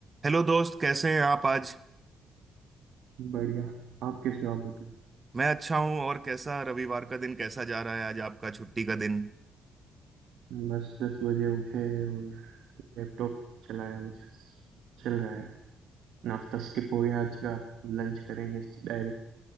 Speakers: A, on the right; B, on the right.
A: Hello दोस्त कैसे हैं आप आज
B: बढ़िया आप कैसे हो आप बताओ
A: मैं अच्छा हूं और कैसा रविवार का दिन कैसा जा रहा है आज आपका छुट्टी का दिन
B: बस दस बजे उठे और लैपटॉप चलाया बस चल रहा है नाश्ता स्किप हो गया आज का अब लंच करेंगे डायरेक्ट